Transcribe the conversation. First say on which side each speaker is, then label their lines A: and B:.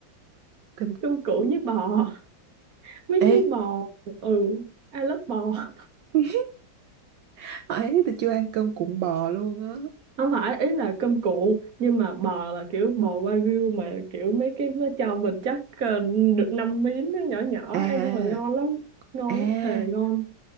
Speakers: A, on the right (about 70°); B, on the right (about 50°).
A: cơm
B: cơm cuộn với bò <laughs> mấy
A: ê
B: cái bò ừ I love bò <laughs>
A: <laughs> ấy tôi chưa ăn cơm cuộn bò luôn á
B: không phải ý là cơm cuộn nhưng mà bò là kiểu bò wagyu mà kiểu mấy cái nó cho mình chắc ờ, được năm miếng nó nhỏ nhỏ
A: à
B: Ê, nhưng mà ngon lắm ngon
A: à
B: lắm thề ngon